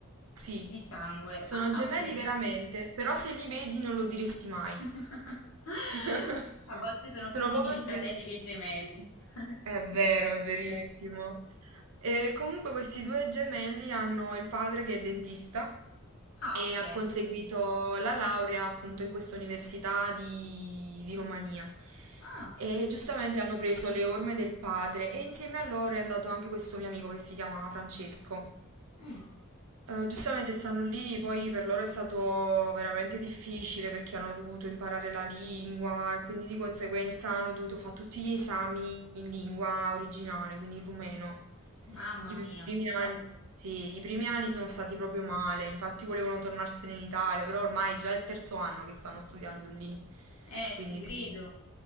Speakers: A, on the right; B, on the left.
A: Sì,
B: di sangue.
A: sono
B: Ah,
A: gemelli
B: ok.
A: veramente, però se li vedi non lo diresti mai.
B: <laughs>
A: <laughs>
B: A volte sono
A: Sono
B: più simili
A: proprio diversi.
B: fratelli che gemelli. <laughs>
A: È vero,
B: Sì, è vero,
A: è
B: succede.
A: verissimo. E comunque questi due gemelli hanno il padre che è dentista
B: Ah,
A: e
B: ok.
A: ha conseguito la laurea appunto in questa università di, di Romania.
B: Ah,
A: E giustamente hanno preso le orme del padre e insieme a loro è andato anche questo mio amico che si chiama Francesco.
B: mm,
A: Eh, giustamente stanno lì, poi per loro è stato veramente difficile perché hanno dovuto imparare la lingua e quindi di conseguenza hanno dovuto fare tutti gli esami in lingua originale, quindi in rumeno.
B: mamma
A: I
B: mia,
A: primi anni, sì, i primi anni sono stati proprio male, infatti volevano tornarsene in Italia, però ormai è già il terzo anno che stanno studiando lì,
B: eh,
A: quindi
B: ci credo.
A: sì.